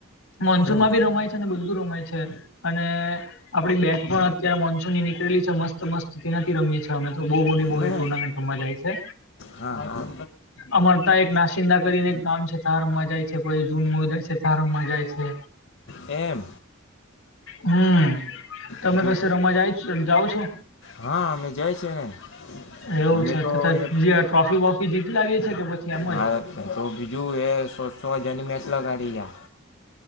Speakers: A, on the left (about 85°); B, on the left (about 60°).
A: મોન્સૂન
B: હમ
A: માં ભી રમાય છે, અને બધું રમાય છે, અને આપડી બેગ પણ અત્યારે મોન્સૂન ની નીકળેલી મસ્ત મસ્ત તેનાથી રમીએ છીએ, અમે બહુ મોટી મોટી
B: ના
A: ટુર્નામેન્ટમાં જાય છે,
B: હા હા
A: આમા નાસીદા કરીને એક ગામ છે, તાર મજાય છે પછી જૂન મ જાય છે તાર મજાાય છે.
B: એમ
A: હમ્મ, તમે
B: બીજું
A: કશે રમા જાય જાવ છો.
B: હા, અમે જાય છિ ને
A: એવું
B: અમે
A: છે, તો
B: એ
A: જ ટ્રોફી વોફી જીતી લાગી છે કે પછી એમ
B: હા, તો બીજું એ સો સો હજાર ની મેટ લગાડીયા